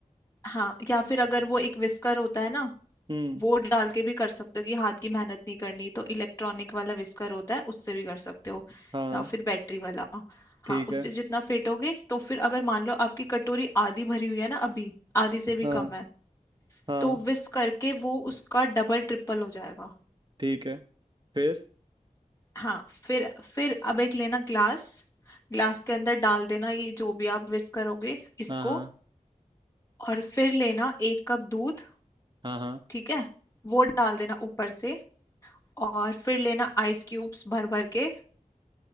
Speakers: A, on the left; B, on the right.
A: हाँ या फिर अगर वो एक विस्कर होता है ना
B: हम्म
A: वो डाल के भी कर सकते हो कि हाथ की मेहनत नहीं करनी तो इलेक्ट्रॉनिक वाला विस्कर होता है उससे भी कर सकते हो
B: हाँ
A: या फिर बैटरी वाला
B: ठीक
A: हाँ उससे
B: है
A: जितना फेटोगे तो फिर अगर मान लो आपकी कटोरी आधी भरी हुई है ना अभी आधी से भी
B: हाँ
A: कम है
B: हाँ
A: तो whisk करके वो उसका डबल ट्रिपल हो जाएगा
B: ठीक है फिर
A: हाँ फिर फिर अब एक लेना ग्लास ग्लास के अंदर डाल देना ये जो भी आप whisk करोगे इसको
B: हाँ हाँ
A: और फिर लेना एक कप दूध
B: हाँ हाँ
A: ठीक है वो डाल देना ऊपर से और फिर लेना आइस क्यूब्स भर भर के